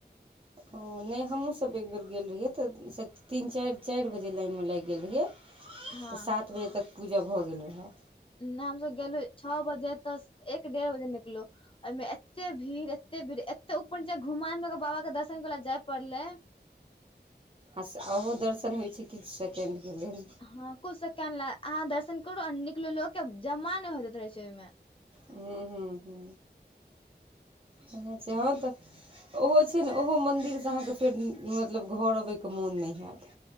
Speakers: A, on the right; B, on the left.
A: ओ नहि हमहूँसभ एक बेेर गेल रहियै तऽ तीन चारि चारि बजे लाइनमे लागि गेल रहियै
B: हँ
A: तऽ सात बजे तक पूजा भऽ गेल रहय
B: नहि हमसब गेलहु छओ बजे तऽ एक डेढ़ बजे निकलो ओमे एते भीड़ एते भीड़ ए तऽ उपर ज घुमान लऽ कऽ बा के दर्शन कर ल जाय पड़ले
A: आ ओहो दर्शन होइत छै किछु सेकेण्डके लेल
B: हँ कुछ सेके्ड ल अहाँ दर्शन करू आ निकलु लो के जमा न नहि होतैत रहे छै ओहिमें
A: हू हू सेहो तऽ ओहो छै ने ओहो मन्दिर सँ अहाँकेँ फेर मतलब घर अबैके मोन नहि हैत